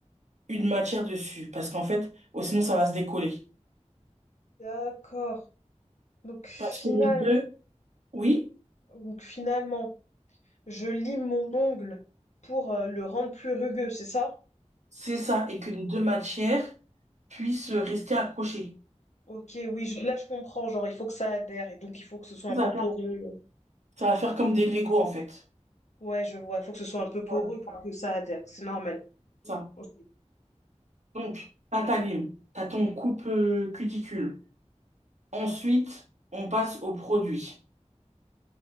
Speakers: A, on the right; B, on the left.
A: une matière dessus. Parce qu'en fait, oh, sinon, ça va se décoller.
B: D'accord. Donc final,
A: Parce que les deux, oui,
B: donc finalement, je lime mon ongle pour euh, le rendre plus rugueux, c'est ça?
A: c'est ça. Et que les deux matières puissent rester accrochées.
B: Ok, oui, je- là je comprends, genre il faut que ça adhère et donc il faut que ce soit
A: Ça
B: un
A: va
B: peu
A: faire,
B: poreux.
A: ça va faire comme des Legos, en fait.
B: Ouais, je vois, faut que ce soit un peu poreux
A: Voilà,
B: pour que ça adhère, c'est normal.
A: c'est ça.
B: Ok.
A: Donc, t'as ta lime, t'as ton coupe euh, cuticule. Ensuite, on passe au produit.